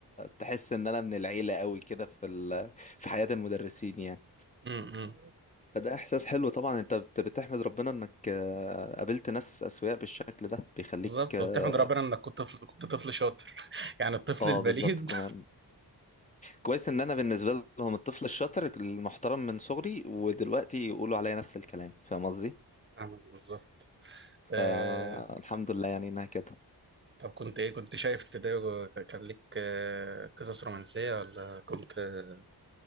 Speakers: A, on the left (about 20°); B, on the right (about 30°).
A: تحس ان انا من العيلة قوي كده في ال... في حياة المدرسين يعني
B: مم. مم.
A: فده احساس حلو طبعا انت بت- بتحمد ربنا انك آه، قابلت ناس اسوياء بالشكل ده بيخليك
B: بالظبط
A: اه
B: وبتحمد ربنا انك كنت طفل كنت طفل شاطر <laughs> يعني الطفل
A: آه،
B: البليد
A: بالظبط كمان كويس ان انا بالنسبة لهم الطفل الشاطر المحترم من صغري ودلوقتي يقولوا عليا نفس الكلام فاهم قصدي
B: <laughs> فاهمك بالظبط آه...
A: فالحمد لله يعني انها كده
B: طب كنت ايه كنت شايف ابتدائي و- كان لك آه، قصص رومانسية ولا كنت آه،